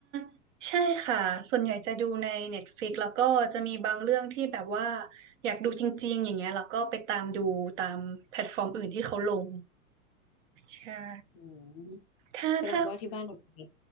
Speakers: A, on the right (about 55°); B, on the left (about 25°).
A: าใช่ค่ะส่วนใหญ่จะดูใน Netflix แล้วก็จะมีบางเรื่องที่แบบว่าอยากดูจริงๆอย่างเงี้ยแล้วก็ไปตามดูตามแพลตฟอร์มอื่นที่เขาลงใช่
B: อืม
A: ถ้าถ้า
B: แสดงว่าที่บ้านเรามี